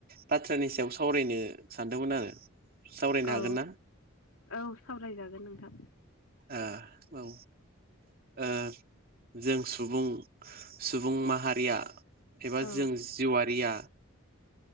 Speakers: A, on the right (about 45°); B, on the left (about 80°).
A: बाथ्रानि सायाव सावरायनो सानदोंमोन आंङो सावरायनो
B: औ
A: हागोन ना
B: औ सावरायजागोन नोंथां
A: औ ओ जों सुबुं सुबुं माहारिया एबा
B: औ
A: जों जिउआारिया